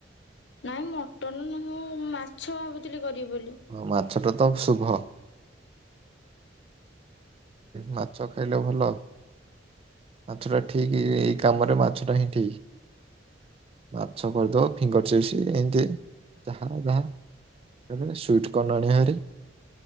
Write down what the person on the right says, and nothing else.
ହଁ ମାଛଟା ତ ଶୁଭ ମାଛ ଖାଇଲେ ଭଲ ମାଛଟା ଠିକ ଏଇ କାମରେ ମାଛଟା ହିଁ ଠିକ ମାଛ କରିଦବ ଫିଙ୍ଗର ଚିପ୍ସ ଏମିତି ଯାହା ଯାହା ସୁଇଟ କର୍ଣ ଆଣିବା ଭାରି